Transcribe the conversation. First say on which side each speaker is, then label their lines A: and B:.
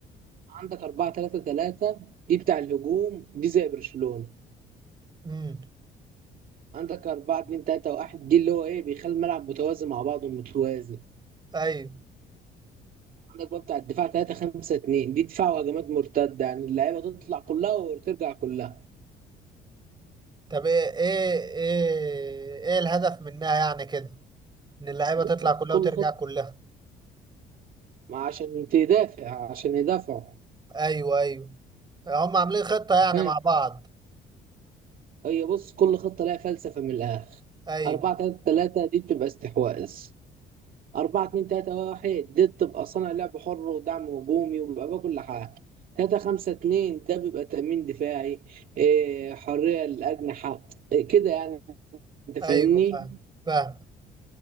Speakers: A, on the right; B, on the right.
A: عندك 4 3 3 دي بتاع الهجوم دي زي برشلونة
B: امم
A: عندك 4 2 3 1 دي اللي هو ايه بيخلي الملعب متوازي مع بعضه متوازي
B: ايوه
A: عندك بقى بتاع الدفاع 3 5 2 دي دفاع وهجمات مرتده يعني اللعيبه تطلع كلها وترجع كلها
B: طب ايه ايه ايه ايه الهدف منها يعني كده ان اللعيبه
A: بص
B: تطلع
A: بص
B: كلها
A: كل
B: وترجع
A: خطه
B: كلها
A: ما عشان تدافع عشان يدافعوا
B: ايوه ايوه هم عاملين خطه يعني
A: فاهم
B: مع بعض
A: هي بص كل خطه لها فلسفه من الاخر
B: ايوه
A: 4 3 3 دي بتبقى استحواذ 4 2 3 1 دي بتبقى صانع لعب حر ودعم هجومي وبيبقى بقى كل حاجه 3 5 2 ده بيبقى تأمين دفاعي إيه، حرية للأجنحة إيه، كده يعني أنت فاهمني؟
B: ايوه فاهم فاهم